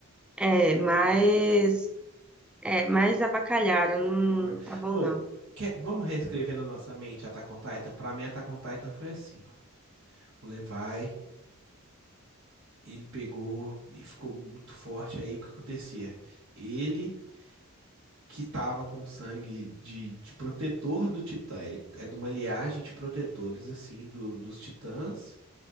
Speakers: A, in the centre; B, on the right.
A: É, mas.
B: Fazer o quê?
A: É,
B: Fazer
A: mas
B: o quê?
A: avacalharam. Não
B: Vai-
A: tá bom,
B: Ô,
A: não.
B: quer- vamos reescrever na nossa mente Attack on Titan? Pra mim, Attack on Titan foi assim, ó. O Levi, ele pegou e ficou muito forte. Aí, o que acontecia? Ele que tava com sangue de, de protetor do Titã. Ele é de uma liagem de protetores, assim, do- dos Titãs.